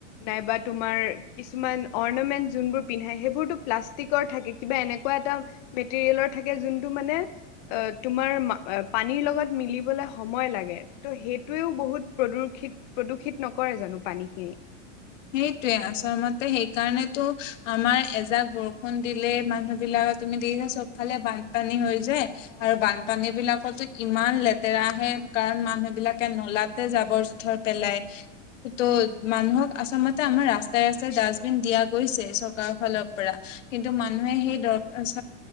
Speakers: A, on the left; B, on the left.
A: নাইবা তোমাৰ কিছুমান অৰ্ণমেন্ট যোনবোৰ পিন্ধাই সেইবোৰতো প্লাষ্টিকৰ থাকে কিবা এনেকুৱা এটা মেটেৰিয়েলৰ থাকে যোনটো মানে অ তোমাৰ পানীৰ লগত মিলিবলে সময় লাগে ত সেইটোৱেও বহুত প্ৰদূষিত প্ৰদূষিত নকৰে জানো পানী খিনি
B: সেইটোয়ে আচামতে সেইকাৰণেতো আমাৰ এজাক বৰষুণ দিলে মানুহ বিলাক তুমি দেখিছা চব ফালে বানপানী হৈ যায়।
A: অ
B: আৰু বানপানী বিলাকত যে- ইমান লেতেৰা আহে। কাৰণ মানুহ বিলাকে নলাতে জাবৰ জোথৰ পেলায়। তো মানুহক প্ৰথমতে আমাৰ ৰাস্তাই ৰাস্তাই ডাষ্টবিন দিয়া গৈছেই, চৰকাৰৰ ফালৰ পৰা। কিন্তু মানুহে সেই ড চ